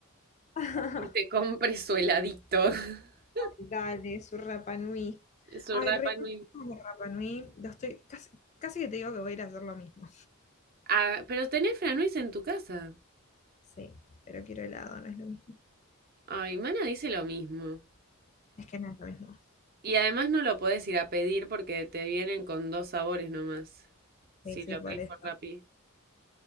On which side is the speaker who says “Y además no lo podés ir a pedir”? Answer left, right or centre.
Right